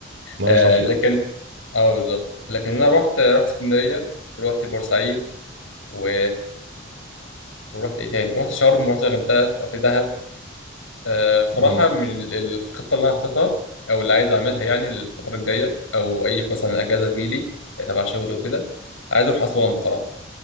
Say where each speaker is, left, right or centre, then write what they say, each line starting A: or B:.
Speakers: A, on the right; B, on the left.
A: ميه
B: آه
A: صافيه
B: لكن اه بالظبط لكن انا رحت رحت اسكندريه ورحت بورسعيد و... ورحت ايه تاني رحت شرم ورحت الغردقه رحت دهب آه بصراحه
A: امم
B: من ال- الخطه اللي انا حاططها او اللي عايز اعملها يعني الفتره الجايه او اي مثلا اجازه تجيلي آه، تبع شغل وكده عايز اروح اسوان بصراحه